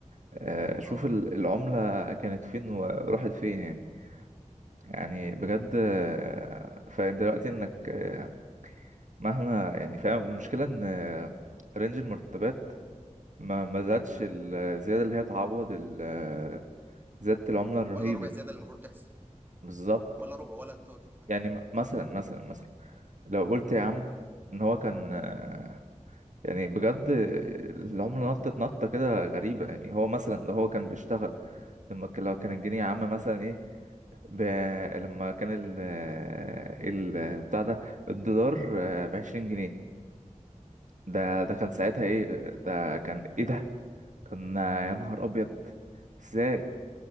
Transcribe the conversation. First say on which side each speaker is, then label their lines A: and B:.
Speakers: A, on the right; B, on the right.
A: آه شوف
B: <laughs> طبعا
A: ال- العملة كانت فين وراحت فين يعني يعني بجد آه، فانت دلوقتي انك آه، مهما يعني فاهم المشكلة ان آه، رينج المرتبات ما ما زادش الزيادة اللي هي تعوض ال- آه، زيادة العملة الرهيبة
B: ولا ربع
A: دي
B: زياده اللي المفروض تحصل
A: بالظبط
B: ولا ربع ولا تلت حتى
A: يعني م- مثلا مثلا مثلا لو قلت يا عم ان هو كان آه، يعني بجد العملة نطت نطة كده غريبة يعني هو مثلا لو هو كان بيشتغل لما ك- لو كان الجنيه يا عم مثلا ايه ب... لما كان ال ال بتاع ده الدولار آه، بعشرين جنيه ده ده كان ساعتها ايه ده كان ايه ده كان يا نهار ابيض ازاي